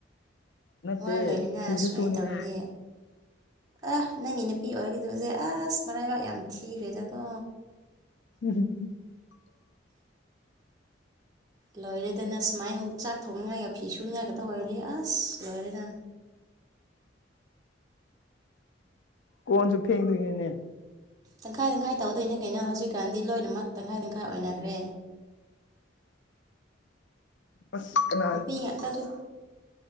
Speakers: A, on the left; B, on the right.
A: ꯅꯠꯇꯦ
B: ꯋꯥ ꯂꯣꯢꯔꯦꯅ
A: ꯐꯤꯁꯨ
B: ꯁꯨꯃꯥꯢ
A: ꯁꯨꯅꯤꯅꯦ
B: ꯇꯧꯔꯗꯤ ꯑ ꯅꯪꯒꯤ ꯅꯨꯄꯤ ꯑꯣꯢꯔꯒꯗꯕꯖꯦ ꯑꯁ ꯃꯔꯥꯢꯕꯛ ꯌꯥꯝ ꯊꯤꯈ꯭ꯔꯦꯗꯀꯣ
A: ꯎꯝ ꯍꯨꯝ
B: ꯂꯣꯢꯔꯦꯗꯅ ꯁꯨꯃꯥꯢꯅ ꯆꯥꯛ ꯊꯣꯡꯅꯤꯡꯉꯥꯢꯒ ꯐꯤꯁꯨꯅꯤꯉꯥꯢ ꯈꯛꯇ ꯑꯣꯢꯔꯗꯤ ꯑꯁ ꯂꯣꯢꯔꯦꯗꯅ
A: ꯀꯣꯟꯁꯨ ꯐꯦꯡꯗꯨꯏꯅꯤꯅꯦ
B: ꯇꯪꯈꯥꯢ ꯇꯪꯈꯥꯢ ꯇꯧꯗꯣꯢꯅꯦ ꯀꯩꯅꯣ ꯍꯧꯖꯤꯛꯀꯥꯟꯗꯤ ꯂꯣꯢꯅꯃꯛ ꯇꯪꯈꯥꯢ ꯇꯪꯈꯥꯢ ꯑꯣꯢꯅꯈ꯭ꯔꯦ
A: ꯑꯁ ꯑꯅ
B: ꯅꯨꯄꯤ ꯉꯥꯛꯇꯁꯨ